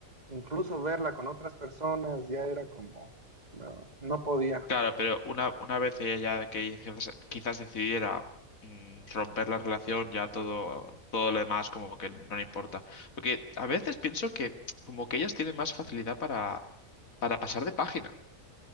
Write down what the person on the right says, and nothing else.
incluso verla con otras personas, ya era como, no, no podía.